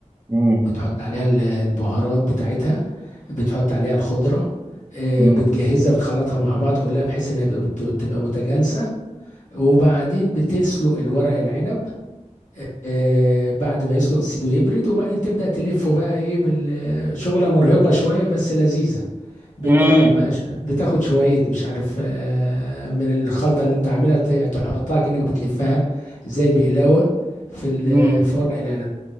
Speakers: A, on the right (about 20°); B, on the left (about 75°).
A: امم
B: بتحط عليها ال- البهارات بتاعتها بتحط عليها الخضره آه،
A: امم
B: بتجهزها بتخلطها مع بعض كلها بحيث انها بت- بتبقى متجانسه وبعدين بتسلق الورق العنب آه، بعد ما يسلق تسيبه يبرد وبعدين تبدأ تلفه بقى ايه بالشغلة مرهقة شوية بس لذيذة بتدخل
A: امم
B: بقى ش... بتاخد شوية مش عارف آه، من الخلطة اللي انت عاملها ت- تحطها كأنك بتلفها زي البقلاوة في ال...
A: امم
B: في ورق العنب